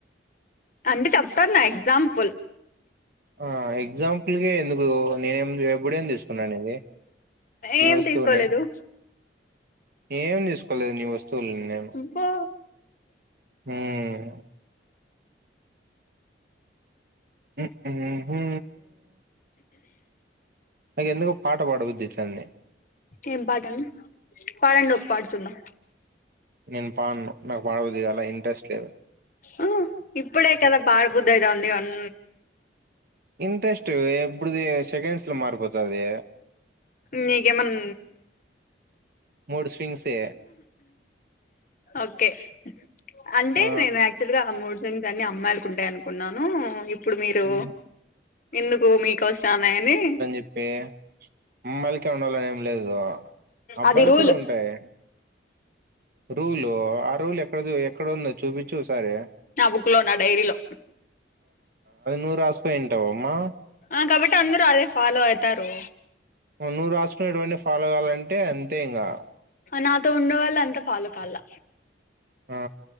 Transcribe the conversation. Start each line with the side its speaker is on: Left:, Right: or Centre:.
Left: అంటే చెప్తునా ఎగ్జాంపుల్
Right: ఆ ఎగ్జాంపుల్కే ఎందుకు నేనేం నీవి ఇప్పుడేం తీసుకున్న నీది నీ
Left: ఏం
Right: వస్తువుని
Left: తీసుకోలేదు
Right: ఏం తీసుకోలేదు నీ వస్తువుల్ని
Left: బో
Right: ఉమ్ ఉ నాకెందుకు పాట పాడ బుద్ధి అవుతాంది
Left: ఏం పాటండి పాడండి ఒక పాట చూద్దాం
Right: నేను పాడను నాకు పాడబుద్ధి కాలే ఇంట్రెస్ట్ లేవు
Left: ఆ ఇప్పుడే కదా పాడు బుద్ది అయితాందన్నావ్
Right: ఇంట్రెస్ట్ ఎప్పుడుది సెకండ్స్ లో మారిపోతుంది
Left: నీకెమన్
Right: మూడు స్వింగ్సే
Left: ఓకే అంటే
Right: ఆ
Left: నేను యాక్చువల్గా మూడు అన్ని అమ్మాయిలకి ఉంటాయి అనుకున్నాను ఇప్పుడు మీరు
Right: హ్మ్.
Left: ఎందుకు మీకు వస్తున్నాయని
Right: ఎప్పె అమ్మాయిలకె ఉండాలని ఏం లేదు అబ్బాయిలు
Left: అది రూల్
Right: కూడా ఉంటాయి రూల్ ఆ రూల్ ఎక్కడ ఎక్కడ ఉందో చూపించు ఓసారి
Left: నా బుక్లో నా డైరిలో
Right: అది నువ్వు రాసుకోయింటావమ్మా
Left: ఆ కాబట్టి అందరు అదే ఫాలో అయితారు
Right: నువ్వు రాసుకున్నేటీవివన్నీ ఫాలో కావాలంటే అంతే ఇంకా
Left: నాతో ఉండేవాళ్ళు అంత ఫాలో కావాలి
Right: ఆ